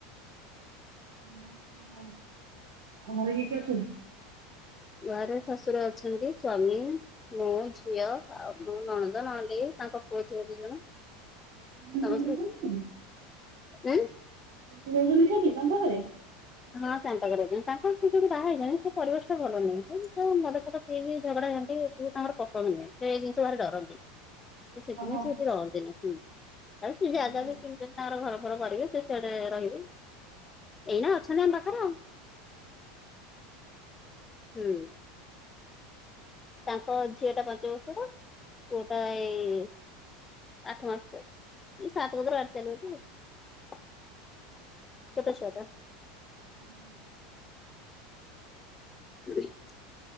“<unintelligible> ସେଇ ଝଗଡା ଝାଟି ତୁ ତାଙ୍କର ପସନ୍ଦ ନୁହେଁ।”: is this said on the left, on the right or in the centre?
Left